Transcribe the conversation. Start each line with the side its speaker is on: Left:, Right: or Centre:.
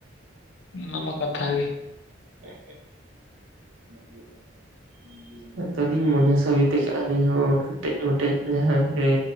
Left: ᱚᱱᱟ ᱢᱟ ᱠᱟᱛᱷᱟ ᱜᱮ᱾
Right: ᱡᱩᱜ ᱩ <inaudible> ᱟᱫᱚᱞᱤᱧ ᱢᱚᱱᱮ ᱥᱟᱹᱵᱤᱛ ᱠᱟᱜᱼᱟ ᱟᱞᱤᱧ ᱦᱚᱸ ᱠᱮᱴᱮᱡ ᱢᱮᱴᱮᱡ ᱡᱟᱦᱟᱸ ᱜᱮ